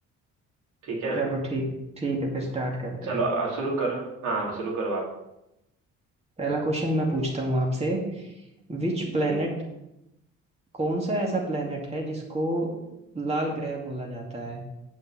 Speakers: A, on the right; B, on the right.
A: ठीक है
B: चलो ठीक ठीक है फिर स्टार्ट करते
A: चलो
B: हैं
A: तो आ, शुरू बताओ करो हाँ शुरू करो आप
B: पहला क्वेश्चन मैं पूछता हूँ आपसे विच प्लेनेट
A: जी
B: कौन सा ऐसा प्लेनेट है जिसको लाल ग्रह बोला जाता है